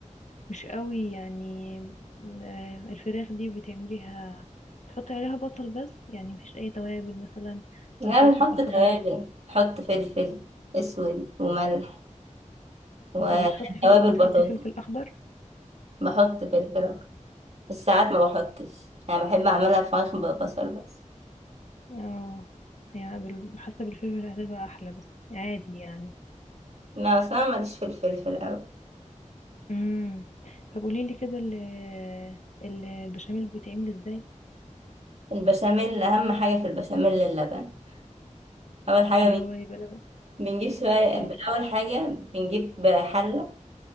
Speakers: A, on the left (about 65°); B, on the right (about 55°).
A: مش قوي يعني آه، الفراخ دي بتعمليها تحطي عليها بصل بس يعني مفيش أي توابل مثلا
B: لا
A: ولا فلفل
B: بنحط
A: أخضر
B: توابل بحط فلفل اسود وملح وتوابل
A: طب بتحطي في... بتحطي
B: بطاطس
A: فلفل أخضر
B: بحط فلفل أخضر. بس ساعات ما بحطش انا بحب اعملها فراخ ببصل بس
A: اه هي بال- حاسة بالفلفل هتبقى احلى بس عادي يعني
B: لا بس انا ماليش في الفلفل اوي
A: امم طب قولي لي كده ال- ال- البشاميل بيتعمل ازاي
B: البشاميل اهم حاجه في البشاميل اللبن اول حاجه
A: اللي
B: بن-
A: هو يبقى لبن
B: بنجيب شويه
A: قولي
B: اول حاجه بنجيب حله